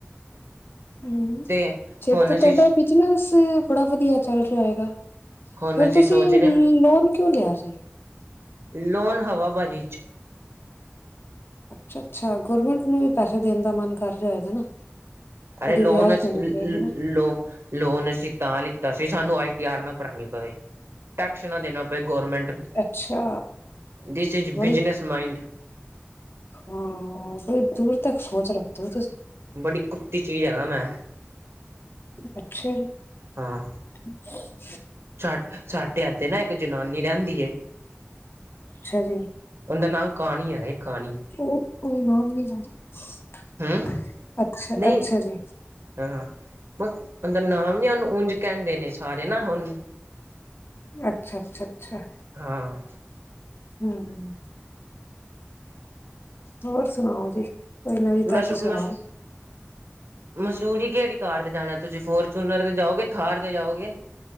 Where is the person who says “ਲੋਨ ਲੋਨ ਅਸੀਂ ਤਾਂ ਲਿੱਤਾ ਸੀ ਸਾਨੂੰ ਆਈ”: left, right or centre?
Right